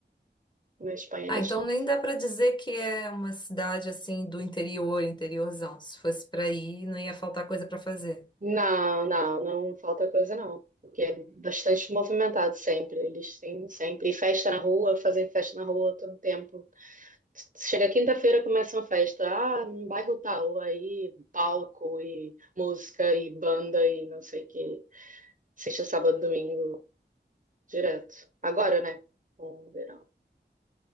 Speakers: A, on the right (about 45°); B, on the left (about 25°).
A: Na Espanha
B: Ah,
A: neste
B: então
A: início.
B: nem dá pra dizer que é uma cidade assim do interior, interiorzão. Se fosse pra ir, não ia faltar coisa pra fazer.
A: Não, não, não falta coisa não, porque é bastante movimentado sempre. Eles têm sempre festa na rua, fazem festa na rua todo tempo. Chega quinta-feira, começa uma festa, ah, no bairro tal, aí palco e música e banda e não sei o que. Sexta, sábado, domingo, direto. Agora, né? Com o verão.